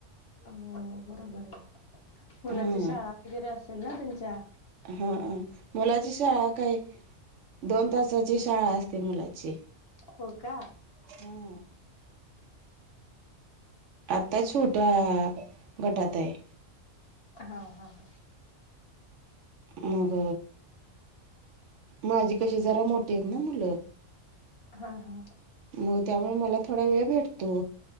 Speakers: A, on the left; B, on the right.
A: हो बरोबर आहे मुलाची
B: हा
A: शाळा वगैरे असेल ना त्यांच्या
B: हाा मुलाची शाळा काय दोन तासाची शाळा असते मुलाची
A: हो का.
B: हम्म. आत्ता छोट्या गटात आहे.
A: हा हा हा.
B: मग माझी कशी जरा मोठी आहेत ना मुलं.
A: हा हा हा.
B: मग त्यामुळे मला थोडा वेळ भेटतो